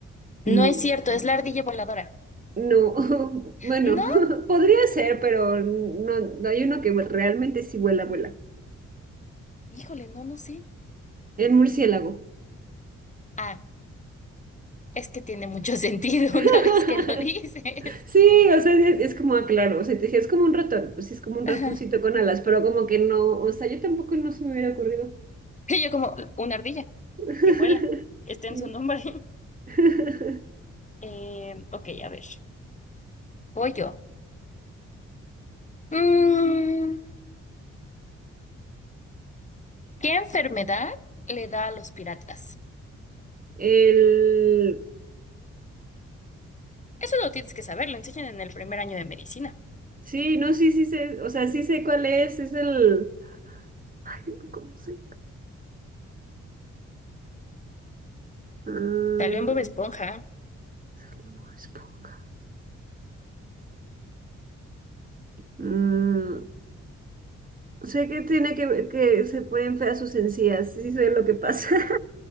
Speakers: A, on the left (about 25°); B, on the right (about 25°).
A: No
B: No,
A: es cierto, es la ardilla voladora.
B: no, <laughs> bueno,
A: No,
B: <laughs> podría ser, pero no, hay uno que realmente sí vuela, vuela.
A: híjole, no, no sé.
B: El murciélago.
A: Ah, es que tiene mucho sentido
B: <laughs>
A: <laughs> una vez que lo dices.
B: Sí, o sea, es, es como, ah, claro, o sea, te dije, es como un ratón, pues sí, es como un
A: Ajá.
B: ratoncito
A: <laughs>
B: con alas, pero como que no, o sea, yo tampoco no se me hubiera ocurrido.
A: Y yo como una ardilla
B: <laughs>
A: que vuela. Está
B: Sí.
A: en su nombre. <laughs>
B: <laughs>
A: Eh, ok, a ver. Voy yo. Mm, ¿qué enfermedad le da a los piratas?
B: El,
A: Eso lo tienes que saber, lo enseñan en el primer año de medicina.
B: sí, no, sí, sí sé, o sea, sí sé cuál es, es el, ay, no, ¿cómo se? Ah,
A: Salió en Bob Mm. Esponja
B: salió Bob Esponja. Mm, sé que tiene que, que se pueden feas sus encías, sí sí sé lo que pasa.